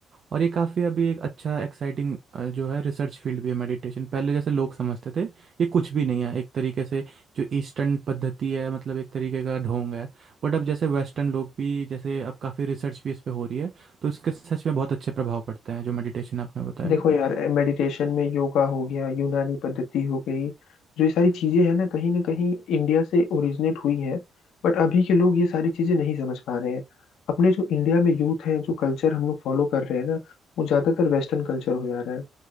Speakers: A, on the right; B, on the left.
A: और ये काफ़ी अभी एक अच्छा एक्साइटिंग जो है रिसर्च फील्ड भी है मेडिटेशन पहले जैसे लोग समझते थे ये कुछ भी नहीं है एक तरीके से जो ईस्टर्न पद्धति है मतलब एक तरीके का ढोंग है बट अब जैसे वेस्टर्न लोग भी जैसे अब काफ़ी रिसर्च भी इस पे हो रही है तो इसके सच में बहुत अच्छे प्रभाव पड़ते हैं जो मेडिटेशन आपने बताया
B: देखो यार मेडिटेशन में योगा हो गया यूनानी पद्धति हो गई जो ये सारी चीजें हैं ना कहीं ना कहीं इंडिया से ओरिजिनेट हुई हैं बट अभी के लोग ये सारी चीजें नहीं समझ पा रहे हैं अपने जो इंडिया में यूथ हैं जो कल्चर हम लोग फॉलो कर रहे हैं ना वो ज्यादातर वेस्टर्न कल्चर हो जा रहा है